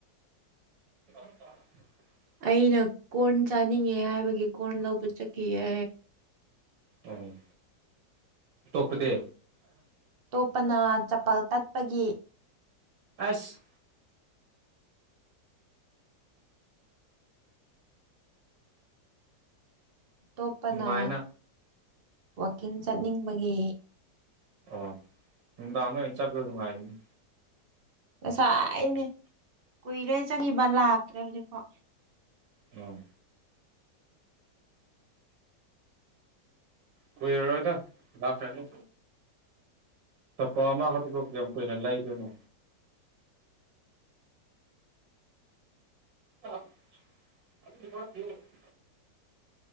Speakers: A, on the right; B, on the right.
A: <inaudible>
B: ꯑꯩꯅ ꯀꯣꯔꯟ ꯆꯥꯅꯤꯡꯉꯦ ꯍꯥꯏꯕꯒꯤ ꯀꯣꯔꯟ ꯂꯧꯕ ꯆꯠꯈꯤꯌꯦ
A: ꯑꯣ ꯑꯇꯣꯛꯄꯗꯤ
B: ꯇꯣꯞꯄꯅ ꯆꯄꯜ ꯇꯠꯄꯒꯤ
A: ꯑꯁ
B: ꯇꯣꯞꯄꯅ
A: ꯅꯨꯡꯉꯥꯏꯅ
B: ꯋꯥꯛꯀꯤꯡ ꯆꯠꯅꯤꯡꯕꯒꯤ
A: ꯑꯣ ꯅꯨꯡꯗꯥꯡꯗ ꯑꯣꯏꯅ ꯆꯠꯄ ꯅꯨꯡꯉꯥꯏꯕꯅꯤ
B: ꯉꯁꯥꯏꯅꯦ ꯀꯨꯏꯔꯦ ꯆꯪꯒꯤꯕ ꯂꯥꯛꯇ꯭ꯔꯤ ꯍꯧꯖꯤꯛꯐꯥꯎ
A: ꯑꯣ ꯀꯨꯏꯔꯔꯣꯏꯗ ꯂꯥꯛꯈꯔ꯭ꯅꯤ ꯆꯄ ꯑꯃ ꯈꯠꯇꯗꯣ ꯀꯌꯥꯝ ꯀꯨꯏꯅ ꯂꯩꯥꯗꯣꯏꯅ <unintelligible>